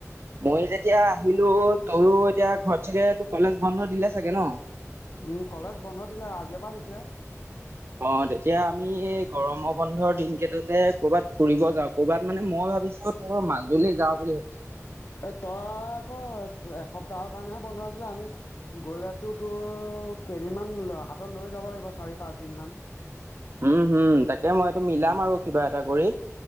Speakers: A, on the right; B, on the left.
A: মই যেতিয়া আহিলো, তয়ও এতিয়া ঘৰত চাগে তোৰ' কলেজ বন্ধ দিলে চাগে ন'?
B: উম', কলেজ বন্ধ দিলে আজিৰ পৰা দিছে।
A: অ', তেতিয়া আমি এই গৰম বন্ধৰ দিন কেইটাতে কৰবাত ফুৰিব যাওঁ। কৰবাত মানে মই ভাবিছো, তোৰ মাজুলী যাওঁ বুলি ভাবিছো।
B: এই তই আকৌ এসপ্তাহৰ কাৰণেহে বন্ধ আছিলে আমি গ'লেতো তোৰ, কেইদিনমান হাতত লৈ যাব লাগিব চাৰি, পাঁচ দিন মান।
A: উম', হুম তাকে মই এইটো মিলাম আৰু কিবা এটা কৰি।